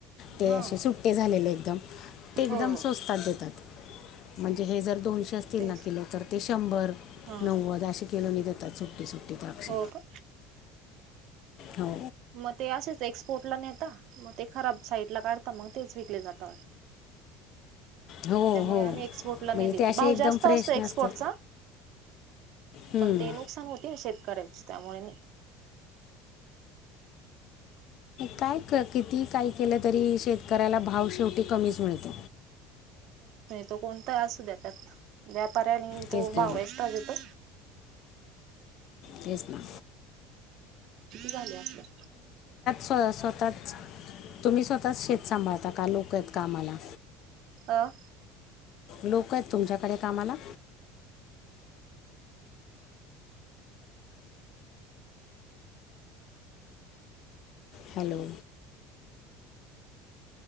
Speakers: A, on the left; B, on the right.
A: ते
B: हा
A: असे सुट्टे झालेले एकदम ते एकदम
B: हो हो
A: सोस्तात देतात म्हणजे हे जर दोनशे असतील
B: तेच
A: ना किलो तर ते शंभर
B: हा
A: नव्वद अे किलोनी देतात सुट्टी सुट्टी द्राक्ष
B: हो का
A: हो
B: मग ते असेच एक्सपोर्ट नता मग ते खराब साईड ला काढता मग तेच विकले जात
A: हो
B: त्यामुळे
A: हो
B: आम्ही एक्सपोर्टला नाही
A: म्हणजे
B: देते
A: ते असे
B: भाव
A: एकदम
B: जास्त
A: फ्रेश
B: असतो एक्सपोर्टचा
A: नसते हम्म,
B: पण ते नुकसान होते ना शेतकऱ्याचे त्यामुळे
A: काय किती काही केलं तरी शेतकऱ्याला भाव शेवटी कमीच मिळत
B: तो कोणता असू द्या त्यात व्यापाऱ्यानी तो
A: तेच
B: भाव
A: की
B: आहेस पाजू तो
A: ते सण
B: झाले ह्
A: स्व स्वतःच तुम्ही स्वतः शेत सांभाळता का लोक आहेत का आम्हाला
B: अं
A: लोक आहेत तुमच्याकडे कामाला hello